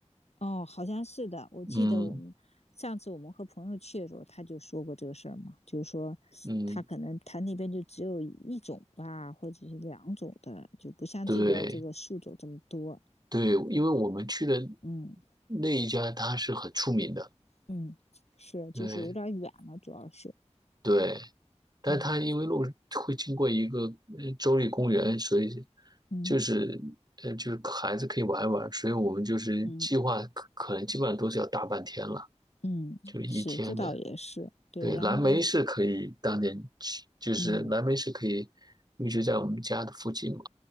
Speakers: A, on the left (about 65°); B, on the right (about 35°).
A: 哦，好像是的。我记得我们上次我们和朋友去的时候，
B: 嗯
A: 他就说过这个事儿嘛，就是说
B: 嗯，
A: 他可能他那边就只有一种吧，或者是两种的，就不像这边这个树种这么多。
B: 对对，因为我们去的
A: 嗯
B: 那一家它是很出名的，
A: 嗯，是，就是有点儿远了，
B: 对
A: 主要是，
B: 对，但它因为路会经过一个呃州立公园，
A: 嗯
B: 所以
A: 嗯。
B: 就是呃就是孩子可以玩一玩，所以我们就是计划可可能基本上都是要大半天了，
A: 嗯嗯，
B: 就是一天的。
A: 是，这倒也是，对，
B: 对，
A: 然后再
B: 蓝莓是可以当年去，就是蓝莓是可以一直在我们家的附近嘛。
A: 嗯